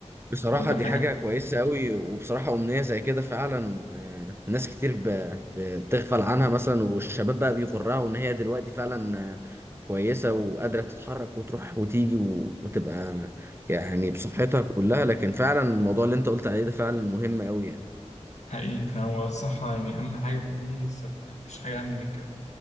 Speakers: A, on the right (about 20°); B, on the left (about 75°).
A: بصراحة
B: فده
A: دي
B: حاجه
A: حاجة كويسة قوي وبصراحة أمنية زي كده فعلا آه، ناس كتير ب... بتغفل عنها مثلا والشباب بقى بيغرها وإن هي دلوقتي فعلا آه، كويسة وقادرة تتحرك وتروح وتيجي و... وتبقى يعني بصحتها كلها لكن فعلا الموضوع اللي أنت قلت عليه ده فعلا مهم قوي يعني
B: حقيقي فهو الصحه يعني اهم حاجه في الدنيا دي الصحه يعني مفيش حاجه اهم من كده